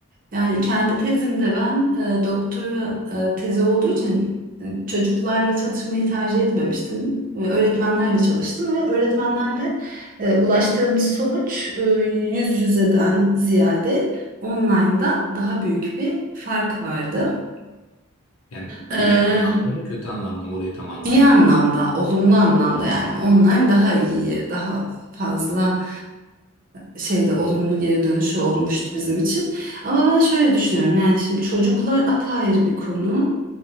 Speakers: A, on the right; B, on the left.
A: Yani kendi tezimde ben e, doktora e, tezi olduğu için e, çocuklarla çalışmayı tercih etmemiştim. E, öğretmenlerle çalıştım ve öğretmenlerle e, ulaştığımız sonuç e, yüz yüzeden ziyade online'da daha büyük bir fark vardı.
B: Yani
A: E,
B: iyi anlamda mı kötü anlamda mı orayı tam anlamadım.
A: İyi anlamda, olumlu anlamda yani online daha iyi, daha fazla e, şeyde olumlu geri dönüşü olmuştu bizim için. Ama ben şöyle düşünüyorum yani şimdi çocuklar apayrı bir konu,